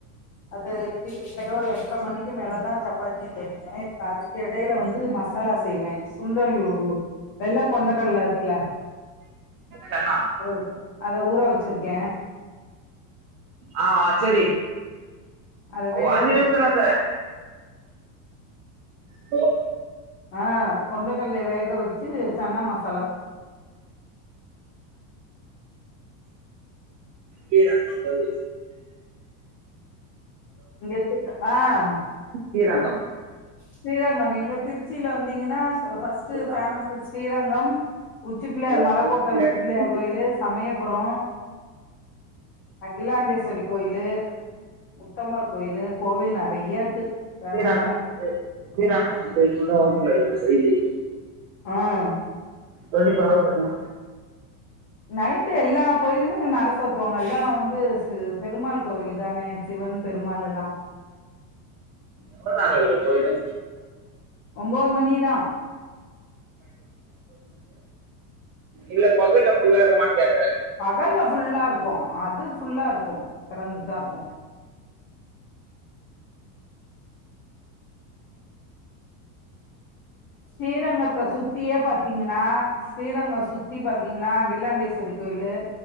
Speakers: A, on the left; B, on the right.
A: அது எப்டி <unintelligible> எட்ற மணிக்கு மேல தா சப்பாத்தி செய்வே இப்போ அதுக்கு எடையில வந்து மசாலா செய்வே சுண்டல் ஊ வெள்ள கொண்டக்கடல இருக்குல
B: சென்னா
A: ஹலோ அத ஊற வச்சிருக்கே
B: ஆஹ் வா சரி
A: அத
B: ஓ
A: வேக
B: ஆஞ்சு
A: வச்சுட்டு
B: நிமிஷத்துல வந்துறே ஹலோ
A: ஆஹ் கொண்டக்கல்லைய வேக வச்சி சன்னா மசா
B: <inaudible> கங்கமா ப
A: இங்க எடுதுட்டு ஆஹ்
B: ஸ்ரீரங்கம்
A: ஸ்ரீரங்கம் எங்க திருச்சியில வந்தீங்கன்னா ஃபர்ஸ்ட்டு
B: அதுதான்
A: பேமஸு ஸ்ரீரங்கம் உச்சிப்பிள்ளையார்
B: அதுக்கப்புறம்
A: மலக்கோட்ட உச்சி பிள்ளையார் கோயிலு சமய அப்றோ அகிலாண்டேஸ்வரி கோயிலு முத்தமர் கோயிலு கோவில் நெறையாருக்கு ஃபேமஸ்
B: ஸ்ரீரங்கம் வந்து <unintelligible>
A: ஆஹ்
B: டொன்டி போர் ஹவர்ஸ் இருக்குமா
A: நைட்டு எல்லா கோயிலுமே நட சாத்துவாங்கலா வந்து ஸூ பெருமாள் கோயிலு தானே சிவன் பெருமாள் எல்லா
B: எவ்ளோ நேரோ இருக்கு கோயிலு
A: ஒன்போது மணி தா
B: இல்ல பகல்ல ஃபுல்லா இருக்குமானு கேக்குறே
A: பகல்ல ஃபுல்லா இருக்கு அது ஃபுல்லா இருக்கு திறந்துதா இருக்கு ஸ்ரீரங்கத்த சுத்தியே பாத்தீங்கன்னா ஸ்ரீரங்கம் சுத்தி பாத்தீங்கன்னா அகிலாண்டேஸ்வரி கோயிலு